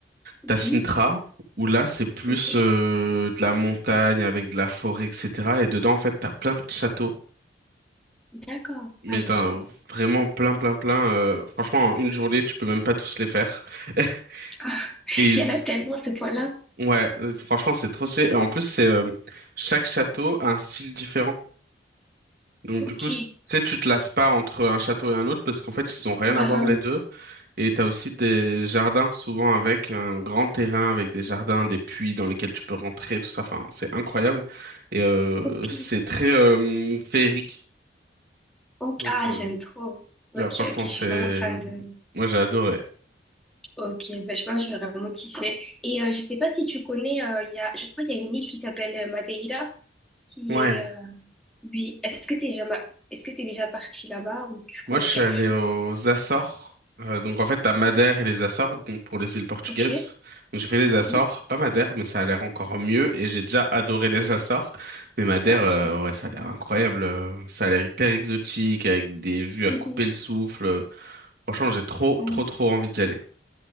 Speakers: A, in the centre; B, on the right.
A: Mhm.
B: t'as Sintra, où là, c'est plus
A: Ok.
B: euh, de la montagne avec de la forêt, etc. Et dedans, en fait, t'as plein de châteaux.
A: D'accord.
B: Mais
A: Ah, j'aime
B: t'as
A: trop.
B: vraiment plein, plein, plein. euh, franchement, en une journée, tu peux même pas tous les faire. <laughs>
A: Ah, <laughs>
B: Et
A: il
B: ils
A: y en a tellement ce point-là.
B: Ouais, euh, franchement, c'est trop stylé. Et en plus, c'est euh, chaque château a un style différent. Donc,
A: Ok,
B: du coup, c- tu sais, tu te lasses pas entre un château et un autre parce qu'en fait, ils ont rien
A: Bah,
B: à voir
A: euh,
B: les deux. Et t'as aussi des jardins, souvent avec un grand terrain, avec des jardins, des puits dans lesquels tu peux rentrer, tout ça. Enfin, c'est incroyable. Et euh,
A: ok.
B: c'est très euh, féerique.
A: Ok,
B: Donc,
A: ah,
B: euh,
A: j'aime trop. Ok,
B: là, franchement,
A: ok, je
B: c'est...
A: suis vraiment fan de.
B: Moi, j'ai adoré.
A: Ok, bah, je pense que je vais vraiment kiffer. Et euh, je sais pas si tu connais, euh, il y a, je crois qu'il y a une île qui s'appelle euh, Madeira, qui
B: Ouais.
A: est. euh, Oui, est-ce que t'es jamais... est-ce que t'es déjà parti là-bas ou tu connais
B: Moi, je suis
A: quelque
B: allé
A: chose?
B: aux Açores. Euh, donc, en fait, t'as Madère et les Açores, donc pour les îles portugaises.
A: Ok,
B: Donc, j'ai fait les Açores,
A: oui.
B: pas Madère, mais ça a l'air encore mieux. Et j'ai déjà adoré les Açores. Mais Madère,
A: Ah, ok.
B: euh, ouais, ça a l'air incroyable. euh, Ça a l'air hyper exotique, avec des vues
A: Mhm.
B: à couper le souffle. Franchement, j'ai trop,
A: Ouais,
B: trop, trop envie d'y aller.